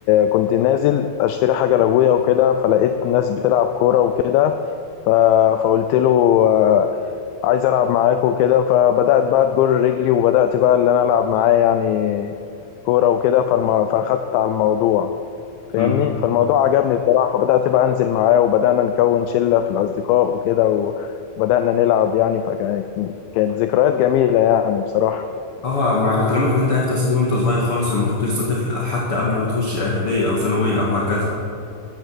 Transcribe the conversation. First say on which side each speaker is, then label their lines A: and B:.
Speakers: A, on the left; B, on the left.
A: كنت نازل اشتري حاجه لابويا وكده فلقيت ناس بتلعب كوره وكده ف... فقلت له آه، عايز العب معاك وكده فبدات بقى تجر رجلي وبدات بقى اللي انا العب معاه يعني كوره وكده فالم... فاخدت على الموضوع فاهمني
B: أمم.
A: فالموضوع عجبني بصراحة فبدأت بقى أنزل معاه وبدأنا نكون شلة في الأصدقاء وكده و- وبدأنا نلعب يعني فكانت كانت ذكريات جميلة يعني بصراحة
B: اه معنى كلامك ان انت عرفت اصلا وانت صغير خالص لما كنت لسه طفل حتى قبل ما تخش اعداديه او ثانويه او هكذا